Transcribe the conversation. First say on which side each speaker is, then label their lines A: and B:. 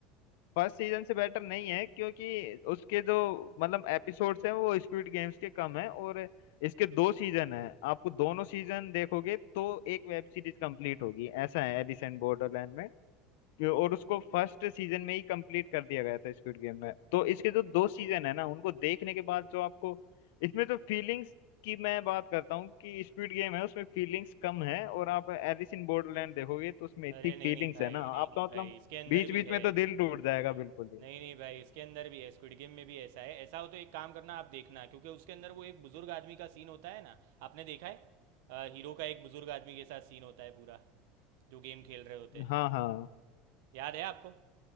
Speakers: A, on the left; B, on the right.
A: फर्स्ट सीजन से बेटर नहीं है क्योंकि उसके जो मतलब एपिसोड्स हैं वो स्क्विड गेम्स के कम हैं और इसके दो सीजन हैं आपको दोनों सीजन देखोगे तो एक वेब सीरीज कंप्लीट होगी ऐसा है एलिसेंट बॉर्डरलैंड में और उसको फर्स्ट सीजन में ही कंप्लीट कर दिया गया था स्quid गेम में तो इसके जो दो सीजन है ना उनको देखने के बाद जो आपको इसमें तो फीलिंग्स की मैं बात करता हूँ कि स्क्विड गेम है उसमें फीलिंग्स कम है और आप एलिस इन बॉर्डरलैंड देखोगे तो उसमें इतनी
B: अरे नहीं
A: फीलिंग्स
B: नहीं भाई
A: है ना
B: नहीं
A: आपका
B: नहीं
A: मतलब
B: भाई इसके अंदर
A: बीच
B: भी
A: बीच
B: है
A: में तो दिल टूट जाएगा बिल्कुल ही
B: नहीं नहीं भाई इसके अंदर भी है स्क्विड गेम में भी ऐसा है ऐसा हो तो एक काम करना आप देखना क्योंकि उसके अंदर वो एक बुजुर्ग आदमी का सीन होता है ना आपने देखा है अ, हीरो का एक बुजुर्ग आदमी के साथ सीन होता है पूरा जो गेम खेल रहे होते हैं
A: हाँ हाँ
B: याद है आपको